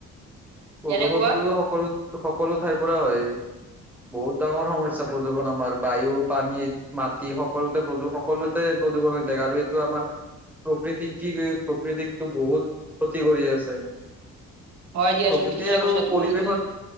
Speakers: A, in the centre; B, on the right.
A: প্ৰদূষণটোতো
B: যেনেকুৱা
A: সকলো সকলো ঠাইৰ পৰা হয় বহুত ডাঙৰ সমস্যা প্ৰদূষণ আমাৰ বায়ু পানী মাটি সকলোতে প্ৰদূষন সকলোতে প্ৰদূষণ হৈ থাকে আৰু এইটো আমাৰ <unintelligible> প্ৰকৃতিক কি প্ৰকৃতিকটো বহুত ক্ষতি কৰি আছে।
B: হয় দিয়াচোন
A: প্ৰকৃতি
B: ঠিকেই
A: আৰু
B: কৈছা তুমি
A: পৰিৱেশত
B: এইটো